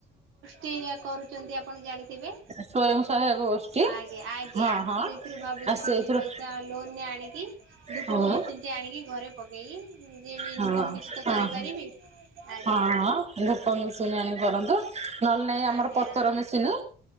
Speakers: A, on the right; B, on the right.
A: ଟିଆ କରୁଚନ୍ତି ଆପଣ ଜାଣିଥିବେ?
B: ସ୍ଵୟଂ ସହାୟକ ଗୋଷ୍ଠୀ
A: ଆଜ୍ଞା ଆଜ୍ଞା
B: ହଁ ହଁ
A: ସେଇଥିରୁ ଭାବୁଚି
B: ଆଉ ସେଇଥିରୁ
A: କିଛି ପଇସା ଲୋନରେ ଆଣିକି ଧୂପ
B: ହଁ
A: ମେସିନ୍ ଟେ ଆଣିକି ଘରେ ପକେଇକି ନିଜେ ଏଇନେ
B: ହଁ
A: ଇନିକମ୍ କିଛିତ
B: ହଁ
A: କରିପାରିବି। ଆଜ୍ଞା।
B: ହଁ ଧୂପ ମେସିନି ଆଣିି କରନ୍ତୁ ନହେଲେ ନାଇଁ ଆମର
A: ଆଜ୍ଞା।
B: ପତର ମେସିିନି